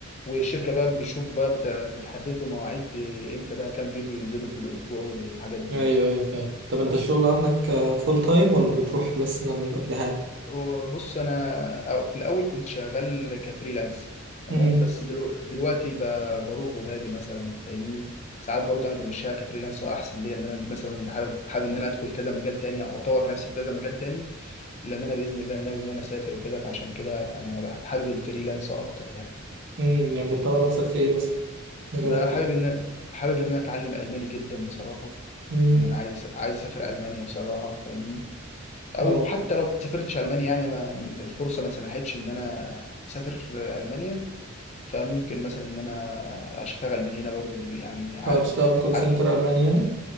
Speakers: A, on the left; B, on the right.
A: والشركه بقى بتشوف بقى بت- بتحدد له مواعيد آه، امتى بقى كام فيديو ينزلوا في الاسبوع والحاجات دي
B: ايوه ايوه فاهم طب انت الشغل عندك فول تايم ولا بتروح بس لما يبقى في حاجة
A: وبص انا في الاول كنت شغال كفريلانس تمام
B: امم
A: بس دلو- دلوقتي ب- بروح وباجي مثلا فاهمني ساعات برضه انا بمشيها كفريلانس احسن ليا لان انا مثلا بحابب حابب ان انا ادخل كذا مجال تاني او اطور نفسي في كذا مجال تاني لان انا باذن الله ناوي ان انا اسافر وكده فعشان كده انا بح- حابب الفريلانس اكتر يعني
B: امم يعني بتطور نفسك في ايه مثلا مجالات
A: انا حابب
B: تانية
A: ان حابب ان انا اتعلم الماني جدا بصراحه
B: امم
A: لان انا عايز أس- عايز اسافر المانيا بصراحه فاهمني او
B: اه
A: حتى لو ما سافرتش المانيا يعني ما الفرصه ما سنحتش ان انا اسافر المانيا فممكن مثلا ان انا اشتغل من هنا برضو يعني عارف
B: آه، تشتغل كول
A: عارف
B: سنتر ألماني يعني